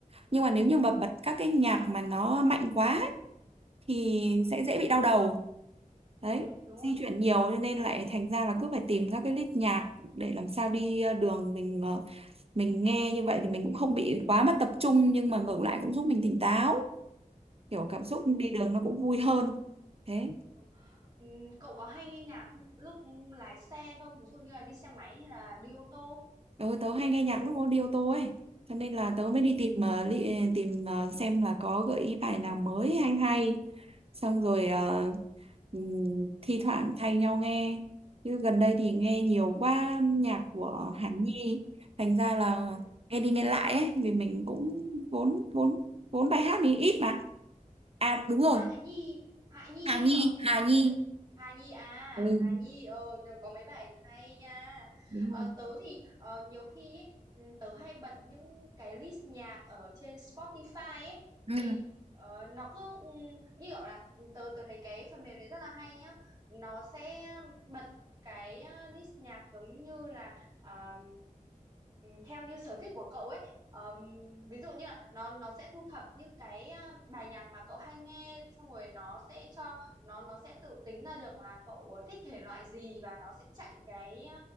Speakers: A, on the right (about 45°); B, on the right (about 30°).
A: Nhưng mà nếu như mà
B: ừ
A: bật
B: ừ
A: các cái nhạc mà nó mạnh quá ấy, thì
B: ừ ừ ừ,
A: sẽ dễ bị đau đầu. Đấy,
B: ừ, đúng
A: di
B: rồi
A: chuyển nhiều cho nên lại thành ra là cứ phải tìm các cái list nhạc để làm sao đi ờ, đường mình ờ, mình nghe như vậy thì mình cũng không bị quá mất tập trung nhưng mà ngược lại cũng giúp mình tỉnh táo. kiểu
B: ừ
A: cảm xúc
B: ừ
A: đi
B: ừ
A: đường nó cũng vui hơn thế
B: ừ. Ừm, cậu có hay nghe nhạc lúc lái xe không ví dụ như là đi xe máy hay là đi ô tô
A: tớ, tớ hay nghe nhạc lúc nó đi ô tô ấy cho nên là tớ
B: ừ
A: mới đi tìm ờ, li- ờ, tìm ờ, xem là có gợi ý bài nào mới hay hay xong rồi
B: ừ
A: ờ, ừm, thi thoảng thay nhau nghe chứ gần đây thì nghe nhiều quá nhạc của Hàn Nhi thành ra là
B: ừ
A: nghe đi nghe lại ấy vì mình cũng vốn vốn vốn bài hát mình ít mà à đúng rồi
B: Hạ Nhi Hạ Nhi
A: Hà
B: á
A: Nhi
B: cậu
A: Hà
B: hay
A: Nhi
B: là Hà Nhi à
A: ừ
B: Hà Nhi ờ tớ có mấy bài hay nha
A: đúng
B: ờ,
A: rồi
B: tớ thì ờ, nhiều khi ấy, ừ, tớ hay bật những cái list nhạc ở trên Spotify ấy
A: ừ.
B: thì ờ, nó cứ ừ, như kiểu là ừ, tớ tớ thấy cái phần mềm này rất là hay nhá nó sẽ bật cái ờ, list nhạc giống như là um, theo như sở thích của cậu ấy um, ví dụ như là nó nó sẽ thu thập những cái à, bài nhạc mà cậu hay nghe xong rồi nó sẽ cho nó nó sẽ tự tính ra được là cậu thích thể loại gì và nó sẽ chạy cái à,